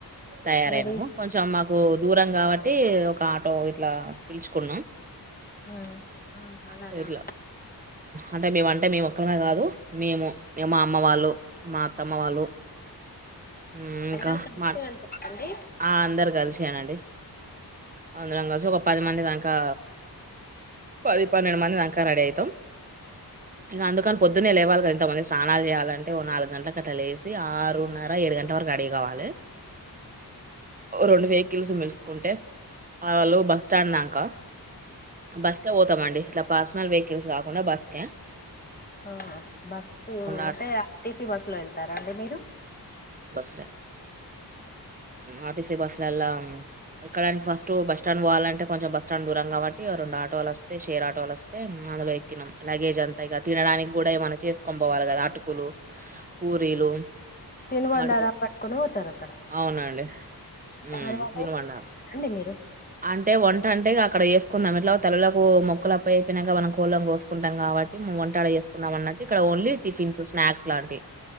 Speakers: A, on the right (about 20°); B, on the left (about 25°).
A: తయారయినాము
B: మరి
A: కొంచెం మాకు దూరం కాబట్టి అ ఒకటి ఒక ఆటో ఒకటి ఇట్లా పిలుచుకున్నాం
B: ఆ ఆ అలానా
A: ఇట్లా అంటే మేము అంటే మేము ఒక్కరిమే కాదు మేము ఇగ మా అమ్మ వాళ్ళు మా అత్తమ్మ వాళ్ళు ఉమ్, ఇంకా
B: అందరి కలిసే
A: మా
B: వెళ్తారండి
A: ఆ అందరు కలిసేనండి అందరం కలిసి ఒక పది మంది దాకా పది పన్నెండు మంది దాంక రెడీ అవుతాం ఇంక అందుకని పొద్దున్నే లేవాలి కదా ఇంతమంది స్నానాలు చేయాలంటే ఓ నాలుగు గంటల అట్లా లేసి ఆరున్నర ఏడు గంటల వరకు రెడీ కావాలి రెండు వెహికల్స్ పిలుసుకుంటే ఆ వాళ్ళు బస్ స్టాండ్ దక బస్కే పోతామండి ఇట్లా పర్సనల్ వెహికల్స్ కాకుండా బస్కే
B: ఆ బస్సు
A: ఆట్
B: అంటే ఆర్టీసీ బస్సు లో వెళ్తారా అండి మీరు
A: అంతే అర్టిసి బస్ అలలా ఎక్కడానికి ఫస్ట్ క్ట్ బస్ స్టాండ్ పోవాలంటే కొంచెం బస్టాండ్ దూరం కాబట్టి ఆ రెండు ఆటోలు వస్తే షే ఆటోలు వస్తే అందులో ఎక్కినాం లగేజ్ అంతా ఇక తినడానికి కూడా ఏమన్నా చేసుకని పోవాలి కదా అటుకులు పూరీలు
B: తినుగండారా
A: అడుకు
B: పట్టుకొని పోతారు అక్కడ
A: అవునండి. హ్మ్.
B: మరిండి
A: తినుమన్నారు.
B: మీరు
A: అంటే వంట అంట అక్కడ వేసుకుందాం ఇట్లా తెల్లలకు మొక్కులు అప్పు అయిపోయినాక మనం కోళ్ళం కోసుకుంటం కబ్బటి మూ వంట ఆడ చేసుకున్నాం అన్నటు ఇక్కడ ఓన్లీ టిఫన్ స్నాక్స్ మాట్లాడవి